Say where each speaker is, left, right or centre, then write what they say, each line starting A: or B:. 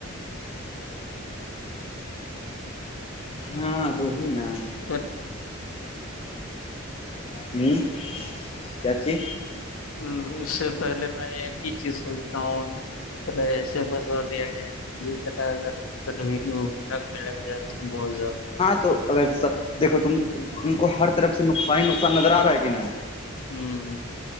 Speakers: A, on the left (about 25°); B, on the left (about 75°).
A: ہاں تو ہی نا س
B: پر
A: ہوں کیاچھی
B: ہ اس سے پہلے میں ایک ہی چیز سوچتا ہوں چل ایسے بسا دیا گیا کسی طرح اگر ک بھی لگ جائے تو بہت زیادہ
A: تو اگر دیکھو تم تم کو ہر طرف سے نقصانی نقصان نظر آ رہا ہے کہ نہ
B: ہوں